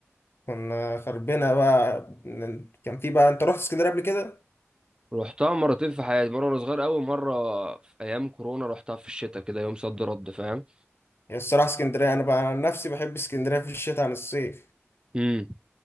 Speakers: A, on the left; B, on the right.
A: كنا خربنا بقى من- كان في بقى انت رحت اسكندريه قبل كده
B: رحتها مرتين في حياتي مرة وانا صغير قوي مرة في ايام كورونا رحتها في الشتاء كده يوم صد رد فاهم
A: هي الصراحه اسكندريه انا بقى عن نفسي بحب اسكندريه في الشتاء عن الصيف
B: امم